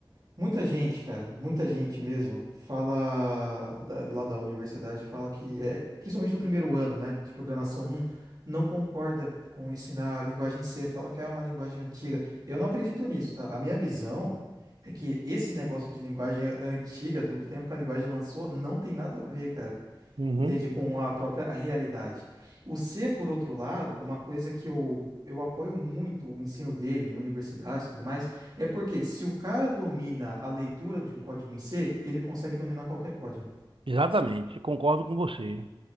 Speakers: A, on the right (about 45°); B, on the right (about 80°).
A: Muita gente, cara, muita gente mesmo, fala da- lá da universidade, fala que, é, principalmente do primeiro ano, né, de programação um, não concorda com ensinar a linguagem C, fala que é uma linguagem antiga. Eu não acredito nisso, tá? A minha visão é que esse negócio de linguagem antiga, do tempo que a linguagem lançou, não tem nada a ver, cara.
B: Uhum.
A: Entende? Com a própria realidade. O C, por outro lado, uma coisa que eu, eu apoio muito o ensino dele em universidades e tudo mais, é porque se o cara domina a leitura de um código em C, ele consegue dominar qualquer código.
B: Exatamente, concordo com você.